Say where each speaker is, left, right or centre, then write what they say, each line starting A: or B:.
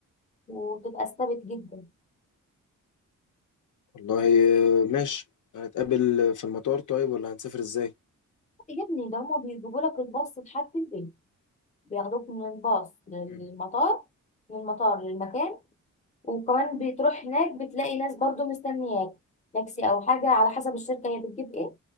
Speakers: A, on the left (about 25°); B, on the left (about 70°).
A: وتبقى استبت جدا
B: والله أه، ماشي هنتقابل في المطار طيب ولا هنسافر ازاي
A: يا ابني ده هما بيجيبوا لك الباص لحد البيت بياخدوك من الباص للمطار
B: مم.
A: من المطار للمكان وكمان بتروح هناك بتلاقي ناس برضو مستنياك تاكسي او حاجة على حسب الشركة هي بتجيب ايه